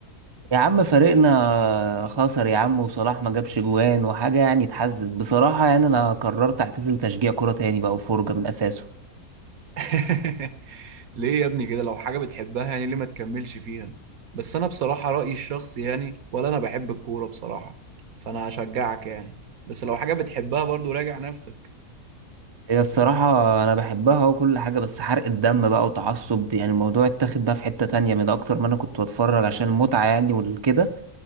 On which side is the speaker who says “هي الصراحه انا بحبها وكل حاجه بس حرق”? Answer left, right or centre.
Right